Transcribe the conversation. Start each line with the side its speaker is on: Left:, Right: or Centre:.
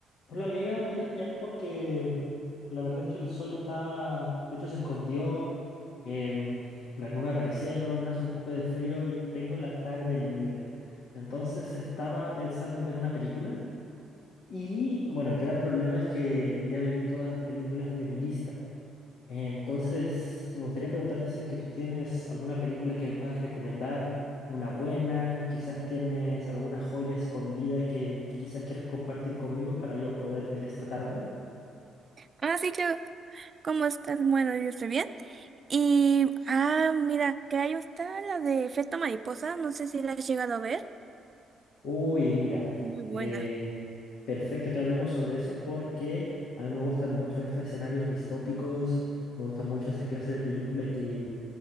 Left: Hola amiga, mira, te llamo porque la verdad es que el sol está, de hecho se escondió, em, las nubes aparecieron, hace un poco de frío y tengo la tarde libre. Entonces estaba pensando en ver una película y bueno, el gran problema es que ya me vi todas las películas de mi lista. Entonces, me gustaría preguntarte si es que tú tienes alguna película que me puedas recomendar, una buena, quizás tienes alguna joya escondida que, que quizás quieras compartir conmigo para yo poder ver esta tarde.
Right: Ah, sí, claro. ¿Cómo estás? Bueno, yo estoy bien. Y, ah, mira, que ahí está la de Efecto Mariposa. No sé si la has llegado a ver.
Left: Uy, mira,
Right: Muy buena.
Left: eh, perfecto que hablemos sobre eso porque a mí me gustan mucho estos escenarios distópicos, me gustan mucho esa clase de película que,